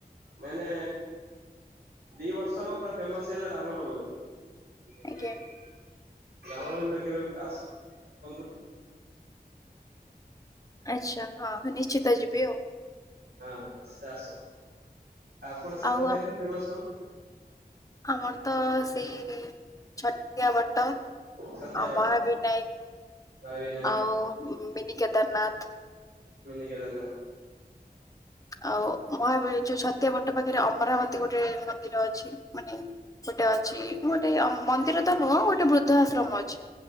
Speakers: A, on the right (about 75°); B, on the left (about 20°).
A: ମେନେ ଦି ବର୍ଷ ହବ ପୁରା ଫେମସ୍ ହେଲା ରାମ ନବମୀ।
B: ଆଜ୍ଞା
A: ରାମ <unintelligible> କେବେ ଆସନ୍ତୁ ବୁଲିକି ଦେଖନ୍ତୁ।
B: ଆଚ୍ଛା ହଁ ନିଶ୍ଚିତ ଯିବି ଆଉ।
A: ହଁ ସିଏ ଆସନ୍ତୁ ଆପଣ ସେପଟ
B: ଆଉ
A: ସାଇଟ୍
B: ଆ
A: ରେ ଫେମସ କଣ?
B: ଆମର ତ ସେଇ ମା ଛତିଆ ବଟ
A: ଛତିଆ
B: ଆଉ
A: ବଟ
B: ମହାବିନାୟକ
A: ମହାବିନାୟକ
B: ଆଉ mini Kedarnath.
A: Mini Kedarnath.
B: ଆଉ ମହାବୀର ଯୋଉ ଛତଆ ବଟ ପାଖରେ ଅମରାବତୀ ଗୋଟେ ମନ୍ଦିର ଅଛି ମାନେ ଗୋଟେ ଅଛି ଉଁ ଗୋଟେ ଅ ମନ୍ଦିର ତ ନୁହଁ ଗୋଟେ ବୃଦ୍ଧା ଆଶ୍ରମ ଅଛି।